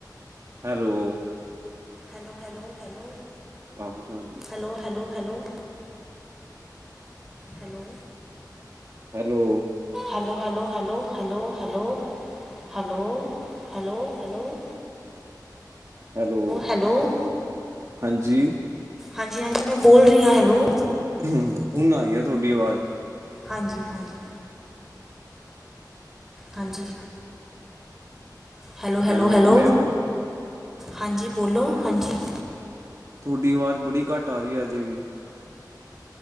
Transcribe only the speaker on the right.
hello
ਆਹੋ ਜਾਂਦੇ
hello
hello
ਹਾਂਜੀ।
ਹਮ ਹੁਣ ਆਈ ਆ ਤੁਹਾਡੀ ਆਵਾਜ਼
Hello ਕਿਵੇਂ ਹੋ
ਤੁਹਾਡੀ ਆਵਾਜ਼ ਬੜੀ ਘੱਟ ਆ ਰਹੀ ਹੈ। ਅਜੇ ਵੀ